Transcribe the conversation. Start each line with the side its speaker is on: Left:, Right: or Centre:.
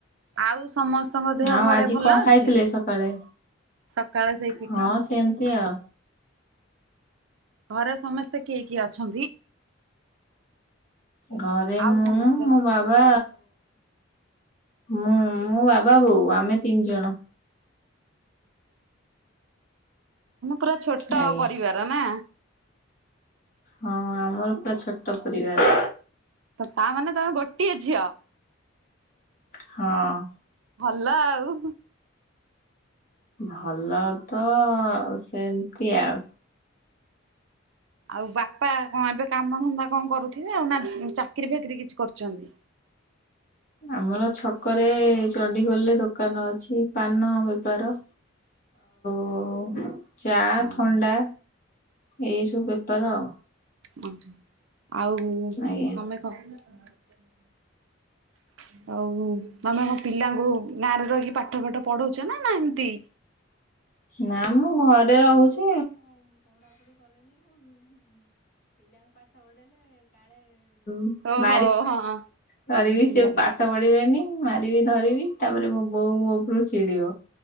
Right: ଆଉ ସମସ୍ତଙ୍କ ଦେହ
Left: ଆଉ
Right: ଘରେ
Left: ଆଜି
Right: ଭଲ
Left: କଣ ଖାଇଥିଲେ
Right: ଅଛି?
Left: ସକାଳେ?
Right: ସକାଳେ ସେଇ ପି
Left: ହଁ ସେମ୍ତି ଆଉ।
Right: ଘରେ ସମେସ୍ତେ କିଏ କିଏ ଅଛ?
Left: ଘରେ
Right: ଆଉ
Left: ମୁଁ
Right: ସମସ୍ତେ
Left: ମୋ ବା ମୁଁ ବାବା, ବୋଉ ଆମେ ତିନ୍‌ ଜଣ।
Right: ପୁରା ଛୋଟ
Left: ଆଜ୍ଞା
Right: ପରିବାର ନା।
Left: ହଁ ଆମର ପୁରା ଛୋଟ ପରିବାର୍।
Right: ତା'ମାନେ ତମେ ଗୋଟିଏ ଝିଅ।
Left: ହଁ!
Right: ଭଲ ଆଉ।
Left: ଭଲ ତ ସେନ୍ତି ଆଉ।
Right: ଆଉ ବାପା ଏବେ କାମ ଧନ୍ଦା କରୁଥିବେ, ଆଉ ନା ଚାକିରି ଫାକିରି କିଛି କରୁଚନ୍ତି?
Left: ଆମର ଛକରେ ଚଣ୍ଡିଖୋଲ୍ ରେ ଦୋକାନ ଅଛି ପାନ ବେପାର। <inaudible> ଚା,
Right: ଓହୋ
Left: ଥଣ୍ଡା ଏଇସବୁ ବେପାର ଆଉ।
Right: <inaudible>
Left: ଆଜ୍ଞା।
Right: ଆଉ ତମେ ପିଲାଙ୍କୁ ଗାଁରେ ରହିକି ପାଠ ଫାଠ ପଢ଼ଉଚ? ନା ଏମ୍ତି
Left: ନା ଘରେ ରହୁଚି ମୁଁ।
Right: ଓହୋ
Left: <inaudible>
Right: ହଁ ହଉ
Left: ମାରିବି
Right: ବୁଝିପାରିଲି
Left: ସେ ପାଠ ପଢ଼ିବେନି। ମାରିବି ଧରିବି ତା'ପରେ ମୋ ବୋଉ ମୋ ଚିଡ଼ିବ।